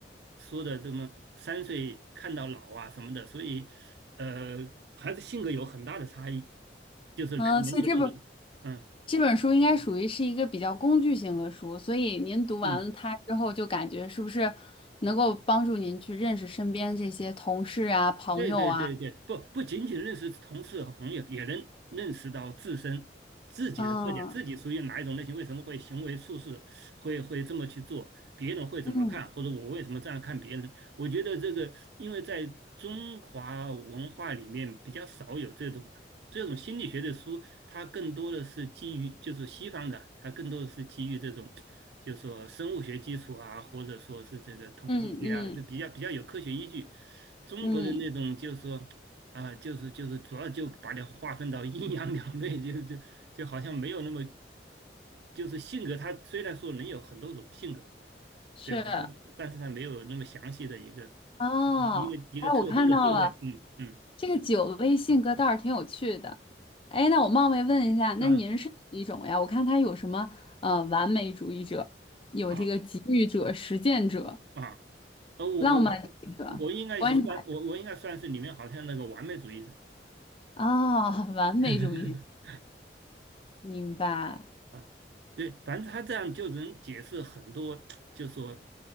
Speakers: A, on the right; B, on the left.
A: 说的这么三岁看到老啊什么的，所以呃孩子性格有很大的差异，就是人人的性格，
B: 啊，所以这本
A: 嗯
B: 这本书应该属于是一个比较工具型的书，所以您读完了它之后，
A: 嗯。
B: 就感觉是不是能够帮助您去认识身边这些同事啊、朋友啊？
A: 对对对对，不不仅仅认识同事和朋友，也能认识到自身自己的特点，
B: 嗯，
A: 自己属于哪一种类型，为什么会行为处事会会这么去做，别人会怎么看，
B: 嗯
A: 或者我为什么这样看别人，我觉得这个，因为在中华文化里面比较少有这种这种心理学的书，它更多的是基于就是西方的，它更多的是基于这种，就是说生物学基础啊，或者说是这个统计学啊，
B: 嗯嗯
A: 就比较比较有科学依据。中国的那种就是说啊、
B: 嗯，
A: 就是就是主要就把它划分到阴阳两面，就就就好像没有那么，就是性格，它虽然说能有很多种性格。
B: 是
A: 对吧？它但是它没有那么详细的一个一一个一个特征的定位，
B: 哦。哎，我看到了
A: 嗯嗯
B: 这个酒类性格倒是挺有趣的。哎，那我冒昧问一下，那您是哪一种呀？
A: 啊
B: 我看他有什么呃完美主义者，有这个给予者、
A: 啊
B: 实践者、
A: 啊，呃，我我
B: 浪漫主义者、
A: 我应该是算我我应该算是里面好像那个完美主义者
B: 观察者哦，<laughs> 完美主义者，
A: <laughs>
B: 明白。
A: 啊，对，反正他这样就能解释很多，就说